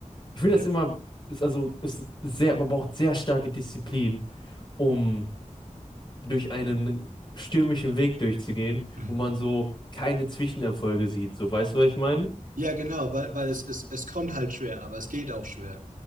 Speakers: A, on the left (about 35°); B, on the right (about 85°).
A: Ich finde
B: Ja.
A: das immer, ist also, ist sehr, man braucht sehr starke Disziplin, um durch einen stürmischen Weg durchzugehen,
B: Mhm.
A: wo man so keine Zwischenerfolge sieht. So, weißt du, was ich meine?
B: Ja, genau, weil, weil es, es, es kommt halt schwer, aber es geht auch schwer.